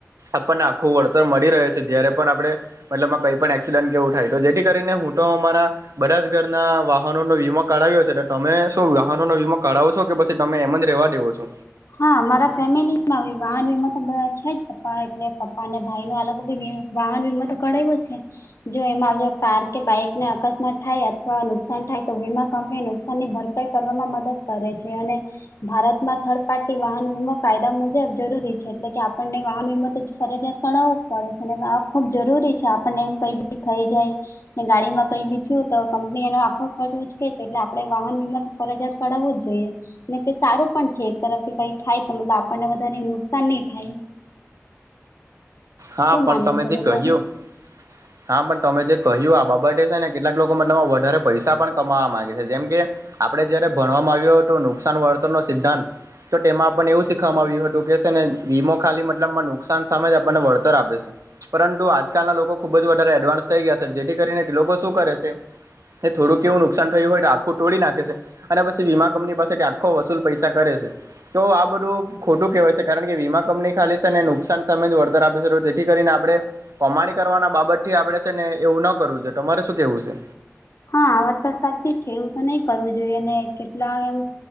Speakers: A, on the right (about 85°); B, on the left (about 60°).
A: આપણને આખું વળતર મળી રહે છે જ્યારે પણ આપણે મતલબમાં કઈ પણ એક્સિડન્ટ કેવું થાય જેથી કરીને હું તો અમારા બધા જ ઘર ના વાહનોનોો વીમા કાઢાવ્યો છેટ તમે શું વાહનોનો વીમા કાઢાવો છો કે પછી તમે એમ જ રેવા દેવો છો
B: હા મારા ફેમિલીમાં વાહનીમાં તો બધા છે જ પપ્પા એટલે પપ્પા અને ભાઈ નો અલગી વાહન વિીમાં તો કરેવું જ છે જો એમાં કાર કે બાઈક ને અકસ્માત થાય અથવા નુકસાન થાય તો વીમા કંપનીને નુકસાન ની ભર કરવામાં મદદ કરે છે અને ભારતમાં થડ પાર્ટટી વાહન વીમો કાયદા મુજબ જરૂરી છે એટલે કે આપણને વાહન વીમો તો ફરજિયાત કરણાવું પડે છેને ખુબ જરૂરી છે આપણને એમ કઈ બી થઈ જાય ગાડી માં કઈ બી થયું તો કંપની એનો આખો ખર્ચ ઉચકે છે એટલે આપડે વાહન વીમા તો ફરજ જ પડાવવું જ જોઈએ ને તે સારું પણ છે એક તરફ કઈ થાય તો મતલબ આપણને વધારે નુકસાન નહી થાય
A: હા
B: શું માનવું
A: પણ તમે
B: છે
A: જે
B: તમારું
A: કહ્યું હા પણ તમે જે કહ્યું આ બાબતે છે ને કેટલાક લોકો મ તમા વધારે પૈસા પણ કમાવા માંગે છે જેમ કે આપડે જયારે ભણવામાં આવ્યું હતું નુકસાન વળતર નો સિ્ધાંત તો તેમાં આપણને એવું શીખવામાં આવ્યું હતું કે છે ને વીમો ખાલી મતલબમાં નુકસાન સામે જ આપણને વર્ત ઉત આપે છે પરંતુ આજકાલના લોકો ખુબ જ વધારે એડવાન્સ થઈ ગયા છે જેથી કરીને લોકો શું કરે છે એ થોડુંવું નુકસાન થયું હોય આખું તોોડી નાખે છે અને પછી વીમા કંપની પાસે આખો વસૂલ પૈસા કરે છે તો આ બધું ખોટું કહેવાય છે કારણ કે વીમા કંપની ખાલી છે ને નુકસાન સામે જ વળતર આપે છે જેથી કરીને આપણે કોમાડી કરવાના બાબત થી આપડે છે ને એવું ન કરવું જોઈએ તમારે શું કેવું છે.
B: હા આ વાત તો સાચી છે એવું તો નહી કરવું જોઈએ અને કેટલા એમ.